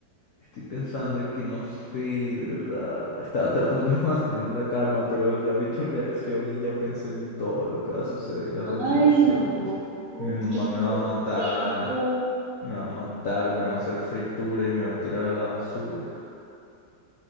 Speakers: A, on the left; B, on the right.
A: Estoy pensando en que no sé, de verdad. Estaba tratando <laughs> de mantener la calma, pero ya vi tu reacción y ya pensé en todo lo que va a suceder a
B: Ay,
A: continuación.
B: no.
A: Mi mamá
B: Es que hiciste
A: me va a matar,
B: esto.
A: me va a matar, me va a hacer fritura y me va a tirar a la basura.